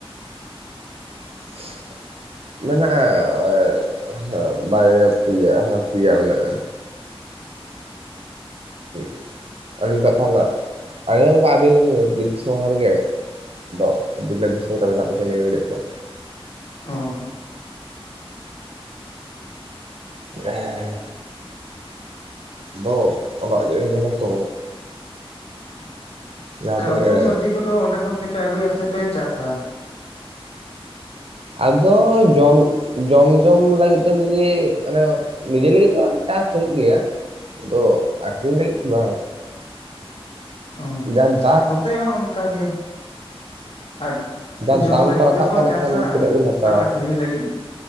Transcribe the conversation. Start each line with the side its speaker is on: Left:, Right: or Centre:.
Right: <inaudible> ᱢᱮᱱᱟᱜᱼᱟ ᱮ ᱚᱜ ᱵᱟᱨᱭᱟ ᱯᱮᱭᱟ, ᱦᱮᱸ ᱯᱮᱭᱟ ᱢᱮᱱᱟᱜᱼᱟ᱾ <inaudible> ᱟᱞᱤᱧ ᱵᱟᱠᱷᱟᱡ ᱫᱚ, ᱟᱸᱡᱚᱢ ᱠᱟᱜ ᱟ ᱵᱤᱱ ᱵᱤᱨ ᱫᱤᱥᱚᱢ ᱦᱚᱲᱜᱮ᱾ ᱫᱚ ᱵᱤᱞᱟᱹᱛ ᱫᱤᱥᱚᱢ ᱨᱮ ᱢᱮᱱᱟᱜ ᱞᱤᱧᱟ ᱱᱤᱭᱟᱹ ᱜᱷᱟᱹᱲᱤᱡ ᱫᱚ᱾
Left: ᱚᱸ ᱦᱚᱸ᱾
Right: ᱦᱮᱸ᱾ ᱫᱚ <unintelligible> ᱡᱟᱹᱲᱤ ᱠᱟᱱᱟ ᱛᱚ᱾ ᱡᱟᱦᱟᱸ
Left: ᱚᱠᱟ
Right: ᱛᱤᱱᱟᱹᱜ
Left: ᱩᱛᱩ
Right: ᱮ
Left: ᱥᱚᱵᱽᱡᱤ ᱠᱚᱫᱚ ᱚᱸᱰᱮ ᱠᱷᱚᱱ ᱜᱮᱯᱮ ᱟᱹᱜᱩᱭᱟ, ᱥᱮᱯᱮ ᱪᱟᱥᱟ?
Right: ᱟᱫᱚ ᱡᱚᱢ ᱡᱚᱢ ᱡᱚᱢ ᱞᱟᱹᱜᱤᱫ ᱫᱚ ᱱᱤᱡᱮ ᱟᱱᱮ ᱱᱤᱡᱮ ᱞᱟᱹᱜᱤᱫ ᱫᱚ ᱪᱟᱥ ᱦᱳᱭᱳᱜ ᱜᱮᱭᱟ ᱫᱚ ᱟᱠᱷᱨᱤᱧ ᱞᱟᱹᱜᱤᱫ ᱫᱚ ᱵᱟᱝ᱾
Left: ᱚ ᱦᱚᱸ
Right: ᱡᱟᱦᱛ
Left: ᱱᱚᱛᱮ ᱦᱚᱸ ᱚᱱᱠᱟᱜᱮ᱾ ᱟᱨ
Right: ᱫᱟᱢ ᱡᱟ
Left: ᱡᱚᱢ
Right: ᱫᱟᱢ
Left: ᱞᱟᱹᱜᱤᱫ
Right: ᱠᱚ ᱨᱟᱠᱟᱵ
Left: ᱫᱚᱠᱚ
Right: ᱠᱟᱱᱟ
Left: ᱪᱟᱥᱟ
Right: ᱠᱷᱟᱱ ᱛᱤᱱᱟᱹᱜ ᱵᱤᱱ ᱦᱟᱛᱟᱣᱟ
Left: ᱟᱨ ᱟᱠᱷᱨᱤᱧ ᱞᱟᱹᱜᱤᱫ